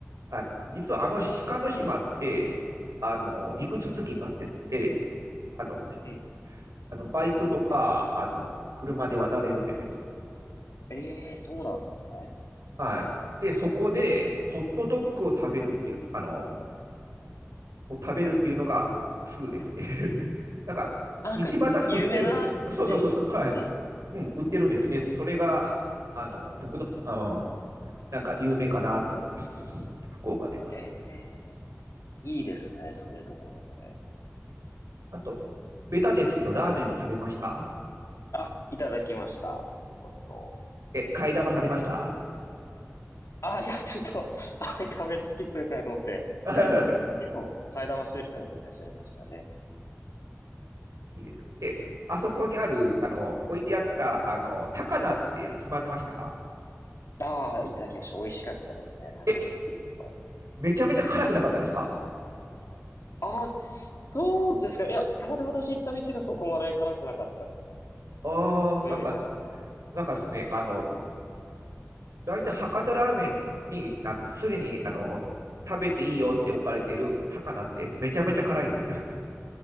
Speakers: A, on the right (about 85°); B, on the left (about 75°).
A: はい。実はあの鹿の島って、あの、陸続きになってて、あの、
B: ええ、
A: あのバイクとか、あの、車で渡れるんですよ。
B: ええ、そうなんですね。
A: はい。で、そこで、ホットドッグを食べるっていう、あの、を食べるっていうのが2ですね。<laughs> なんか、
B: あ、なんか、
A: 道端に売ってるんですよ。
B: 有名な、
A: そうそうそうそう、
B: ええ、
A: はい。
B: ええ、
A: うん、売ってるんですよね。それが、あの、僕の、あなんか有名かなと思ってます。福岡では。
B: ええ、いいですね、そういうところで。
A: あと、ベタですけど、ラーメンは食べました
B: あ、いただきました、豚骨の。
A: え、買い玉されました
B: あ、いや、ちょっと、あれ食べ過ぎるとよくないと思って控えたんですけど、
A: <laughs>
B: 結構、替え玉してる人もいらっしゃいましたね。
A: いいですよ。で、あそこにある、あの、置いてあった、あの、高菜ってつまみましたか
B: ああ、いただきました。美味しかったですね、高菜のピリッと。
A: え、めちゃめちゃ辛くなかったですか
B: あ、そうですか。いや、たまたま私行った店がそこまで辛くなかったのか。
A: ああ、
B: 程よい辛さで。
A: なんか、なんかですね、あの、大体博多ラーメンに、あの、すでに、あの、食べていいよって置かれている高菜ってめちゃめちゃ辛いんですよ。<laughs>